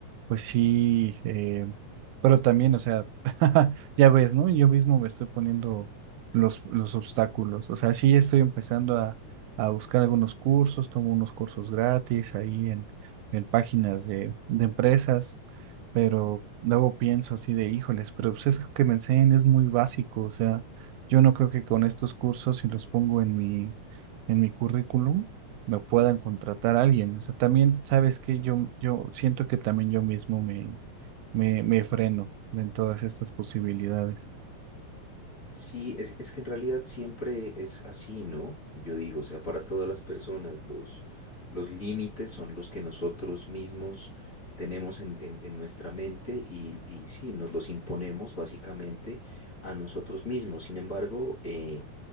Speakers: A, on the right; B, on the left.
A: pues sí. eh, pero también, o sea, <laughs> ya ves, ¿no? Yo mismo me estoy poniendo los, los obstáculos. O sea, sí estoy empezando a, a buscar algunos cursos, tomo unos cursos gratis ahí en, en páginas de, de empresas, pero luego pienso así de, híjoles, pero pues es que lo que me enseñan es muy básico. O sea, yo no creo que con estos cursos, si los pongo en mi, en mi currículum, me puedan contratar a alguien. O sea, también, ¿sabes que Yo, yo siento que también yo mismo me, me freno en todas estas posibilidades.
B: Sí, es, es que en realidad siempre es así, ¿no? Yo digo, o sea, para todas las personas, los, los límites son los que nosotros mismos tenemos en, en- en nuestra mente y, y sí, nos los imponemos básicamente a nosotros mismos. Sin embargo, eh,